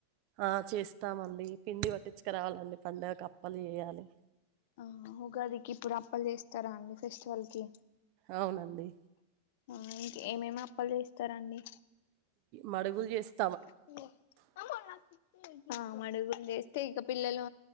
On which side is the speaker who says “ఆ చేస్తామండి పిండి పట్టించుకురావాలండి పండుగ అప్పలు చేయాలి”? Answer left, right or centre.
Right